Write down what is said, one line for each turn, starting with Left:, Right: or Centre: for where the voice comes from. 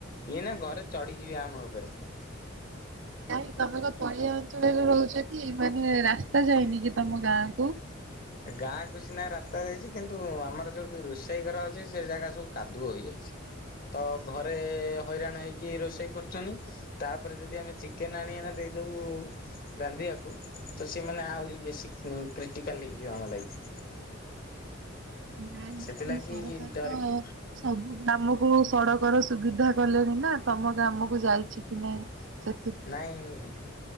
Left: ଇଏ ନା ଘରେ ଚଢିଯିବେ ଆମ ଉପରେ।
Right: ନାଇଁ ତମେ ଗ ତଳିଆ ଅଞ୍ଚଳରେ ରହୁଛ କି ମାନେ ରାସ୍ତା ଯାଇନି କି ତମ ଗାଁ କୁ?
Left: ଗାଁକୁ ସିନା ରାସ୍ତା ଯାଇଛି କିନ୍ତୁ ଆମର ଯୋଉଠି ରୋଷେଇ ଘର ଅଛି ସେ ଜାଗା ସବୁ କାଦୁଅ ହୋଇଯାଇଛି। ତ ଘରେ ହଇରାଣ ହେଇକି କି ରୋଷେଇ କରୁଛନ୍ତି ତାପରେ ଯଦି ଆମେ ଚିକେନ ଆଣି ଏଇନା ଦେଇଦବୁ ରାନ୍ଧିବାକୁ ତ ସେମାନେ ଆହୁରି ବେଶୀ କ୍ରିଟିକାଲ ହେଇଯିବ ଆମ ଲାଗି।
Right: ନାଇଁ ମୁଁ
Left: ସେଥିଲାଗି
Right: କହିଲି ସରକାର
Left: ଡରିକି
Right: ତ ସବୁ ଗ୍ରାମକୁ ସଡକ ର ସୁବିଧା କଲେଣି ନା? ତମ ଗ୍ରାମକୁ ଯାଇଛି କି ନାଇଁ ସେ
Left: ନାଇଁ।